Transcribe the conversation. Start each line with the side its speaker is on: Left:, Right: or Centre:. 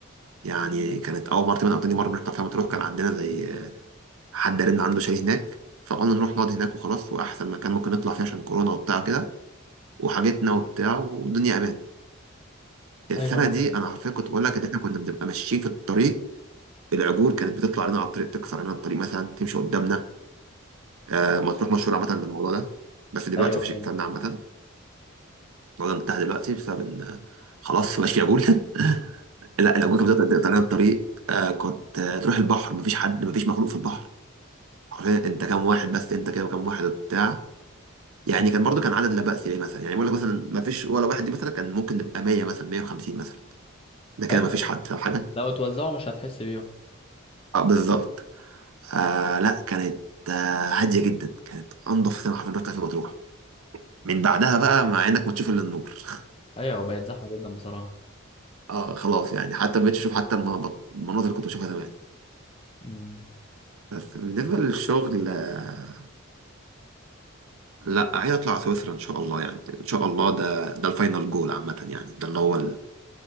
Right: يعني كانت أول مرة تقريباً أو تاني مرة نروح فيها مطروح كان عندنا زي حد قال إن عنده شاليه هناك فقلنا نروح نقعد هناك وخلاص وأحسن مكان ممكن نطلع فيه عشان كورونا وبتاع كده وحاجتنا وبتاع والدنيا أمان السنه
Left: ايوه ما.
Right: دي انا حرفيا كنت بقول لك ان احنا كنا بنبقى ماشيين في الطريق العجول كانت بتطلع لنا على الطريق تكسر لنا الطريق مثلا تمشي قدامنا آه مطروح مشهور عامه بالموضوع ده بس دلوقتي
Left: ايوه
Right: مفيش
Left: ايوه
Right: الكلام ده عامه الموضوع ده انتهى دلوقتي بسبب ان آه، خلاص مبقاش في عجول <laughs> لا العجول كانت بتقطع بتقطع لنا الطريق آه كنت آه تروح البحر مفيش حد مفيش مخلوق في البحر حرفيا انت كام واحد بس انت كده وكام واحد وبتاع يعني
Left: مم.
Right: كان برضو كان عدد لا بأس بيه مثلا يعني بقول لك مثلا مفيش ولا واحد دي مثلا كان ممكن نبقى 100 مثلا 150 مثلا ده كده
Left: ايوه
Right: مفيش حد فاهم حاجه؟
Left: لو اتوزعوا مش هتحس بيهم
Right: اه بالظبط آه لا كانت آه هاديه جدا كانت انضف سينما حرفيا رحت في مطروح من بعدها بقى مع انك بتشوف الا النور <laughs>
Left: ايوه بقت زحمه جدا بصراحه
Right: اه خلاص يعني حتى ما بقتش اشوف حتى المناظر المناظر اللي كنت بشوفها زمان
Left: مم.
Right: بس بالنسبه للشغل آه لا عايز اطلع سويسرا ان شاء الله يعني ان شاء الله ده ده الفاينل جول عامه يعني ده اللي هو